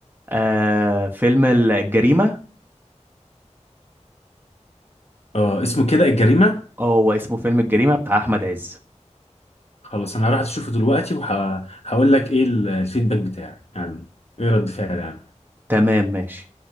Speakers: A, on the right; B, on the left.
A: آه فيلم الجريمه
B: اه اسمه كده الجريمة
A: اه هو اسمه فيلم الجريمه بتاع احمد عز
B: خلاص انا هروح اشوفه دلوقتي وهقول لك ايه ال- الفيدباك بتاعي يعني ايه رد فعلي يعني
A: تمام ماشي